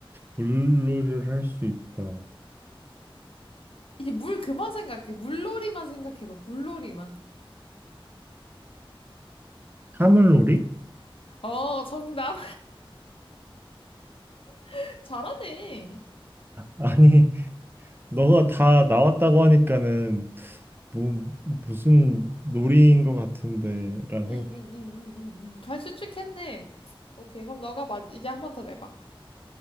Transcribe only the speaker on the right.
물놀이를 할 수 있다.
사물놀이?
아니, <laughs> 너가 다 나왔다고 하니까는 뭐, 무슨 놀이인 것 같은데, 라는 생각.